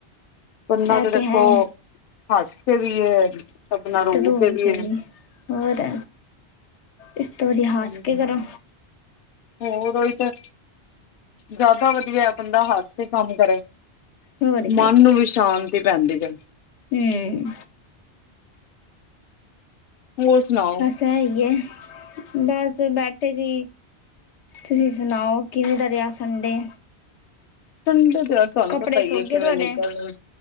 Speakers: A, on the left (about 60°); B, on the left (about 80°).
A: ਕਰਨਾ
B: ਐ
A: ਦੇਖੋ
B: ਤੇ ਹੈ।
A: ਹੱਸ ਖੇਡ ਲਿਆ <unintelligible>
B: ਤਰੂ
A: ਹੈ।
B: ਹੋ ਕੇ ਵੀ ਹੋਰ। ਇਸ ਤੋਂ ਵਧੀਆ
A: <inaudible>
B: ਹੱਸ ਕੇ ਕਰੋ
A: ਹੋਰ, ਉਹੀ ਤੇ ਜਿਆਦਾ ਵਧੀਆ, ਬੰਦਾ ਹੱੱਸ ਕੇ ਕੰਮ ਕਰੇ।
B: ਹੋਰ
A: ਮਨ ਨੂੰ ਵੀ, ਸ਼ਾਂਤੀ ਪੈਂਦੀ ਹੈ।
B: ਹੂੰ।
A: ਹੋਰ, ਸੁਣਾਓ?
B: ਓ ਤਾ ਹੈ ਈ ਐ, ਬਾਸ ਬੈਠੇ ਸੀ। ਤੁਸੀਂ ਸੁਨਾਓ, ਕਿਵੇਂ ਦਾ ਰੇਆ ਸੰਡੇ?
A: ਸੰਡੇ ਤੇ ਹੈ, ਤੁਹਾਨੂੰ
B: ਕੱਪੜੇ
A: ਪਤਾ ਈ
B: ਸੁੱਕ
A: ਏ ਕਿਵੇਂ
B: ਗਏ ਤੁਹਾਡੇ
A: ਨਿਕਲਨਾ।